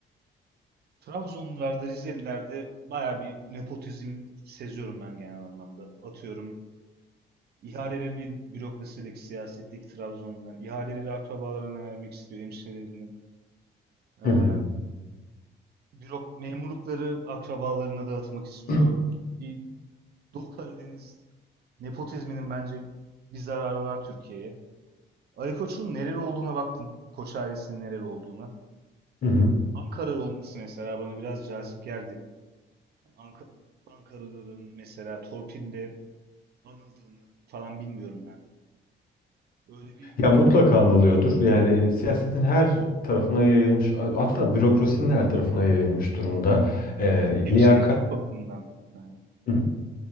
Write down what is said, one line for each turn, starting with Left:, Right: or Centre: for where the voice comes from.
Right: Trabzonlularda, Rizelilerde bayağı bir nepotizm seziyorum ben genel anlamda. Atıyorum ihaleleri bir bürokrasideki siyasetteki Trabzonlular ihaleleri akrabalarına vermek istiyor, hemşirelerini. Ee,
Left: Hı hı.
Right: bürok memurlukları akrabalarına dağıtmak istiyor.
Left: <clears throat>
Right: Bir Doğu Karadeniz nepotizminin bence bir zararı var Türkiye'ye. Ali Koç'un nereli olduğuna baktım. Koç ailesinin nereli olduğuna.
Left: Hı hı.
Right: Ankaralı olması mesela bana biraz cazip geldi. Ank- Ankaralıların mesela torpille anıldığını falan bilmiyorum ben. Öyle bir
Left: Ya mutlaka anılıyordur. Yani siyasetin her tarafına yayılmış, hatta bürokrasinin her tarafına yayılmış durumda. Ee,
Right: öyle bir hemşehrilik
Left: liyakat
Right: bakımından yani
Left: Hı hı.